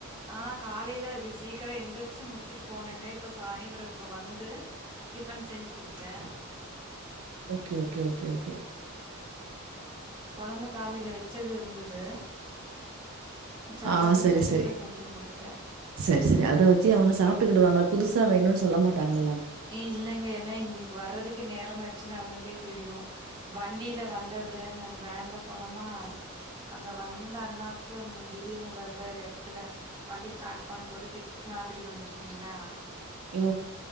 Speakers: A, on the right; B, on the right.
A: ஆ காலைல சீக்கர எந்திரிச்சி முடிச்சிட்டு போனேங்க இப்ப சாய்ந்தரம் இப்ப வந்து டிஃபன் செஞ்சி குடுத்த
B: ஓகே ஓகே ஓகே ஓகே
A: கொழம்பு காலேல வச்சது இருந்தது சப்பாத்தி
B: ஆ சரி
A: மட்டு
B: சரி
A: இப்ப செஞ்சு குடுத்தே
B: சரி சரி அத வச்சி அவங்க சாப்டுக்கிடுறாங்கப் புதுசா வேணுன் சொல்ல மாட்டாகல்லா
A: இல்லங்க ஏன்னா இன்னைக்கு வர்றதுக்கு நேரம் ஆயிச்சின்னு அவங்களுக்கே தெரியு வண்டியில வந்த அவரு நாங்க வேன்ல போனோமா அந்த வந்த அண்ணாவுக்கு திடீர்னு வர்ற இட த்துல வண்டி ஸ்டாட் பண்ணும் போது பிக்ஸ் மாதிரி வந்துருச்சிங்ளா
B: ஓ